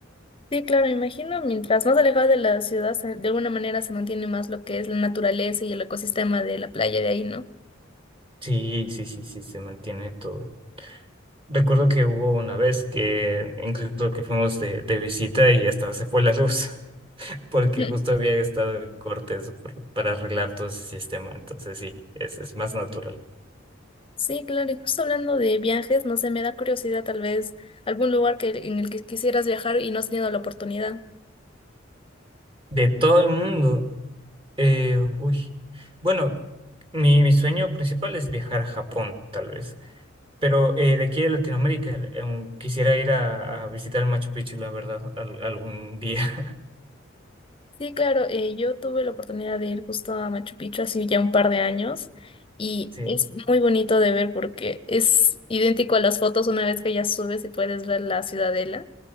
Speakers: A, on the left; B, on the right.
A: Sí, claro, me imagino, mientras más alejado de la ciudad, se- de alguna manera se mantiene más lo que es la naturaleza y el ecosistema de la playa de ahí, ¿no?
B: Sí, sí, sí, sí, se mantiene todo. Recuerdo que hubo una vez que incluso que fuimos de, de visita y hasta se fue la luz. porque
A: Mm.
B: justo había estado en cortes por- para arreglar todo ese sistema, entonces sí, es, es más natural.
A: Sí, claro, y justo hablando de viajes, no sé, me da curiosidad tal vez algún lugar que, en el que quisieras viajar y no has tenido la oportunidad.
B: De todo el mundo, eh, uy, bueno, mi, mi sueño principal es viajar a Japón, tal vez, pero eh, de aquí de Latinoamérica eh, quisiera ir a, a visitar Machu Picchu, la verdad, al- algún día,
A: Sí, claro, eh, yo tuve la oportunidad de ir justo a Machu Picchu hace ya un par de años y
B: <laughs> sí,
A: es muy bonito de ver porque es idéntico a las fotos una vez que ya subes y puedes ver la ciudadela.